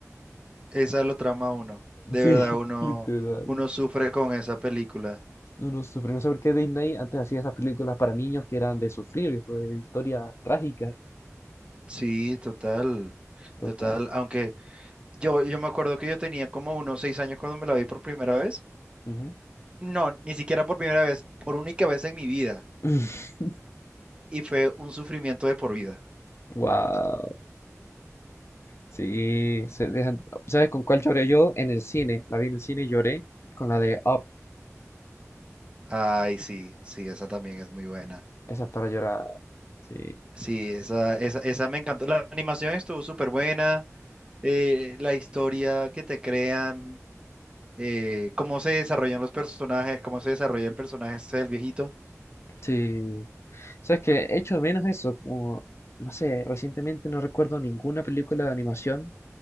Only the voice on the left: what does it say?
Sí,
<laughs> literal.
Uno sufre. No sé por qué Disney antes hacía esas películas para niños que eran de sufrir, de historias trágicas.
Total.
Ujú.
<laughs>
Wow, sí, se dejan- ¿Sabes con cuál lloré yo? En el cine, la vi en el cine y lloré con la de Up,
esa es para llorar, sí,
sí, ¿sabes qué? hecho de menos eso, como, no sé, recientemente no recuerdo ninguna película de animación